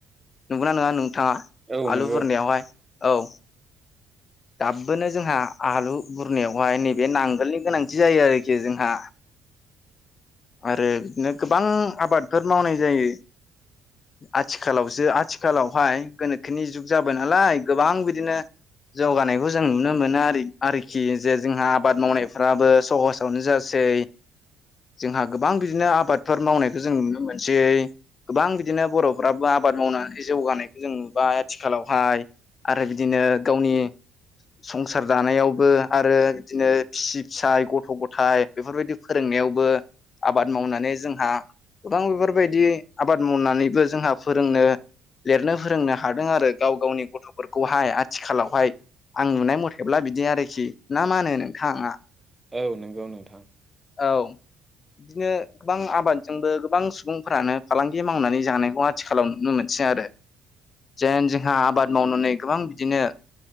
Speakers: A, on the left; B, on the right.
A: नोंगौना नङा नोंथाङा
B: औ नंगौ
A: आलु बुरनायावहाय औ। दाबोनो जोंहा आलु बुरनायावहाय नैबे नांगोलनि गोनां दि जायो आरोखि जोंहा आरो बिदिनो गोबां आबादफोर मावनाय जायो। आथिखालावसो आथिखालावहाय गोनोखोनि जुग जाबाय नालाय गोबां बिदिनो जौगानायखौ जों नुनो मोनो आरो आरोखि जे जोंहा आबाद मावनायफ्राबो सहसावनो जासै। जोंहा गोबां बिदिनो आबादफोर मावनायखौ जों नुनो मोनसै गोबां बिदिनो बर'फ्राबो आबाद मावनानै जौगानायखौ जों नुबाय आथिखालावहाय। आरो बिदिनो गावनि संसार जानायावबो आरो बिदिनो फिसि फिसाय गथ थ' गथाइ बेफोरबायदि फोरोंनायावबो आबाद मावनानै जोंहा गोबां बेफोरबायदि आबाद मावनानैबो जोंहा फोरोंनो लिरनो फोरोंनो हादों आरो गाव गावनि गथ'फोरखौहाय आथिखालावहाय। आं नुनाय मथेब्ला बिदि आरोखि ना मा होनो नोंथाङा?
B: औ नंगौ नोंथां।
A: औ। बिदिनो गोबां आबादजोंबो गोबां सुबुंफोरानो फालांगि मावनानै जानायखौ आ थिखालाव नुनो मोनसै आरो जेन जोंहा आबाद मावनानै गोबां बिदिनो